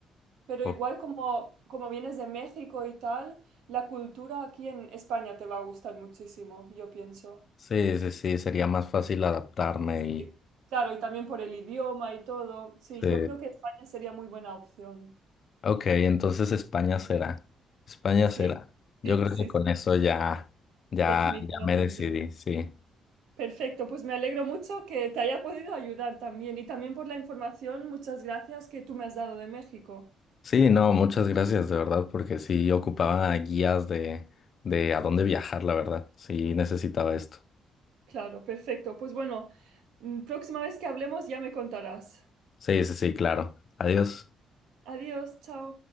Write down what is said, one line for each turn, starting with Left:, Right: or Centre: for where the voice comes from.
Right: Pero
Left: Ok.
Right: igual como, como vienes de México y tal, la cultura aquí en España te va a gustar muchísimo, yo pienso.
Left: Sí, sí, sí, sería más fácil adaptarme y...
Right: Y- Claro, y también por el idioma y todo. Sí,
Left: Sí.
Right: yo creo que España sería muy buena opción.
Left: Ok, entonces España será, España
Right: Sí,
Left: será. Yo
Right: sí,
Left: creo
Right: sí,
Left: que con
Right: sí,
Left: eso ya, ya,
Right: definitivamente.
Left: ya me decidí, sí.
Right: Perfecto, pues me alegro mucho que te haya podido ayudar también y también por la información, muchas gracias que tú me has dado de México.
Left: Sí, no, muchas gracias, de verdad, porque sí ocupaba guías de, de a dónde viajar, la verdad. Sí necesitaba esto.
Right: Claro, perfecto. Pues bueno, mm, próxima vez que hablemos ya me contarás.
Left: Sí, sí, sí, claro. Adiós.
Right: Adiós, chao.